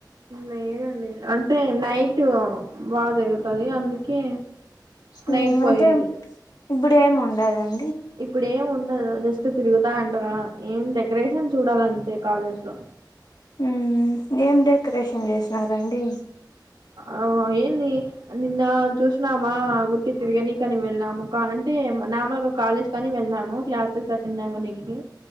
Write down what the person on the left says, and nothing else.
ఉ
అంటే ఇప్పుడే ఏం ఉండదా అం
ఉ ఏం డెకరేషన్ చేసినారండి